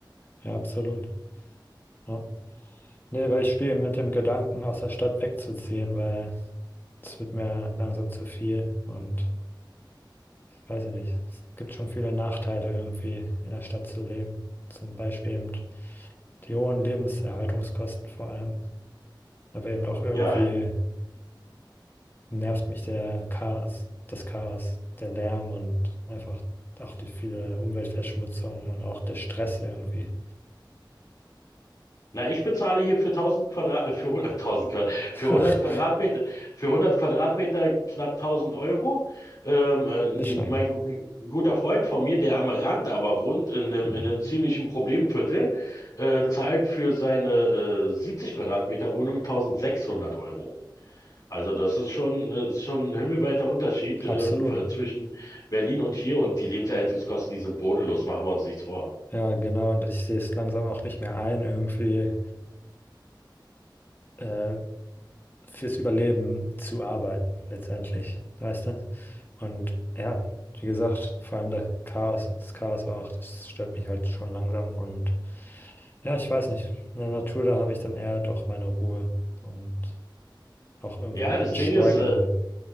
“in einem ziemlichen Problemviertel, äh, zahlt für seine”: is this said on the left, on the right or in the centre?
Left